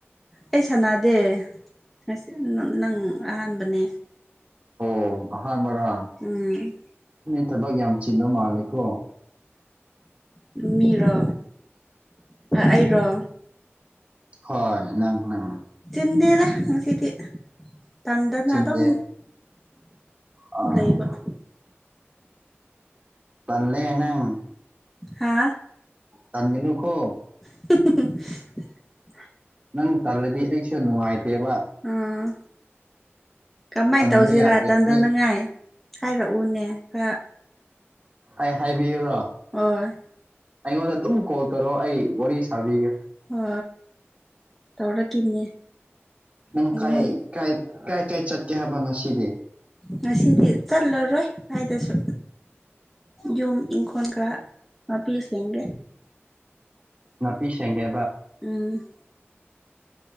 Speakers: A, in the centre; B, on the right (about 30°).
A: ꯑꯩ ꯁꯥꯟꯅꯗꯦ ꯉ ꯅꯪ ꯑꯍꯥꯟꯕꯅꯦ
B: ꯑꯣ ꯍꯥꯕꯔ
A: ꯎꯝ
B: ꯊꯕꯛ ꯌꯥꯝ ꯆꯤꯟꯟꯅꯕ ꯃꯥꯜꯂꯦꯀꯣ
A: ꯃꯤꯔꯣ ꯑꯩꯔꯣ
B: ꯍꯣꯏ ꯉꯪꯉꯪ
A: ꯇꯟꯗꯦꯗꯦ ꯉꯁꯤꯗꯤ ꯇꯥꯟꯗꯅ
B: ꯆꯤꯟꯗꯦ
A: ꯑꯗꯨ ꯑꯗꯨꯝ
B: ꯑꯥ
A: ꯂꯩꯕꯥꯛ
B: ꯄꯜꯂꯦ ꯅꯪ
A: ꯍꯥ
B: ꯇꯃꯤꯅꯨ ꯀꯣ
A: <unintelligible>
B: ꯅꯪ ꯇꯜꯂꯗꯤ ꯑꯩꯁꯨ ꯅꯨꯡꯉꯥꯏꯇꯦꯕ
A: ꯑꯥ ꯀꯃꯥꯏꯅ
B: ꯇꯟꯕ
A: ꯇꯧꯁꯤꯔꯥ
B: ꯌꯥꯗꯦ
A: ꯇꯟꯗꯅꯉꯥꯏ
B: ꯍꯦ
A: ꯍꯥꯏꯔꯛꯎꯅꯦ ꯈꯔ
B: ꯑꯩ ꯍꯥꯏꯕꯤꯌꯨꯔꯣ
A: ꯑꯣ
B: ꯑꯩꯉꯣꯟꯗ ꯑꯗꯨꯝ ꯀꯣꯜ ꯇꯧꯔꯣ ꯑꯩ ꯋꯥꯔꯤ ꯁꯥꯕꯤꯒꯦ
A: ꯍ ꯇꯧꯔꯛꯈꯤꯅꯦ
B: ꯅꯪ
A: ꯑꯩꯉꯣꯟ
B: ꯀꯥꯏꯥꯏ ꯀꯥꯏ ꯀꯥꯏ ꯆꯠꯀꯦ ꯍꯥꯏꯕ ꯉꯁꯤꯗꯤ
A: ꯉꯁꯤꯗꯤ ꯆꯠꯂꯔꯣꯏ ꯍꯥꯏꯗꯁꯨ ꯌꯨꯝ ꯏ ꯈꯣꯟ ꯀ ꯍꯥꯄꯤꯤꯁꯡꯒꯦ
B: ꯉ ꯄꯤꯁꯦꯡꯒꯦ
A: ꯎꯝ